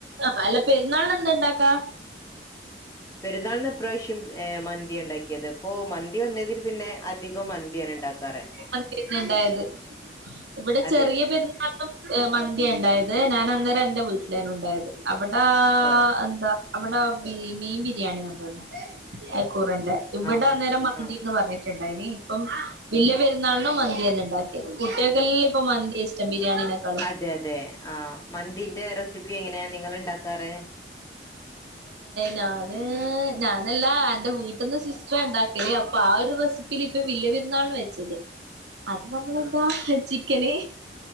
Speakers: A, on the right (about 75°); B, on the left (about 20°).
A: ആഹ് അല്ല പെരുന്നാളിന് എന്താ ഉണ്ടാക്കാ
B: പെരുന്നാളിന് ഈ പ്രാവശ്യം ഏഹ് മന്തി ഒണ്ടായി ഇത് ഇപ്പൊ മന്തി വന്നതിൽ പിന്നെ അധികം മന്തിയാണ് ഉണ്ടാക്കാറ്
A: മന്തിന്നെ ഇണ്ടായത് ഇവിടെ
B: അതെ
A: ചെറിയ
B: അതെ
A: പെരുന്നാ മന്തി ഉണ്ടായത് ഞാൻ അന്നേരം എന്റെ വീട്ടിലാണ് ഉണ്ടായത് അവിടാ
B: ഓ
A: എന്താ അവിടെ ബീ മീൻ ബിരിയാണിയാണന്ന് തോന്നുന്നു അക്കൂറന്റെ ഇവിടെ
B: ആഹ് ആഹ്
A: അന്നേരം മന്തിന്ന്
B: ആഹ്
A: പറഞ്ഞ ണ്ടനി ഇപ്പം വല്യ പെരുന്നാളിനും മന്തി തന്നെ ഉണ്ടാ കുട്ടികൾക്ക് എല്ലാം ഇപ്പ മന്തി ഇഷ്ടം ബിരിയാണിനെക്കാളും
B: അതെ അതെ ആഹാ മന്തിന്റെ റെസിപ്പി എങ്ങനെയാ നിങ്ങള് ഉണ്ടാക്കാറ്
A: ഞാന് ഞാനല്ലാ അന്റെ വീട്ടിന്ന് സിസ്റ്ററാ ഉണ്ടാക്കല് അപ്പൊ ആ ഒരു റെസ് ഇതിൽ ഇപ്പം വല്യ പെരുന്നാളിന് വെച്ചത് അത് നമ്മള് എന്താ
B: ആഹ്
A: ചിക്കന്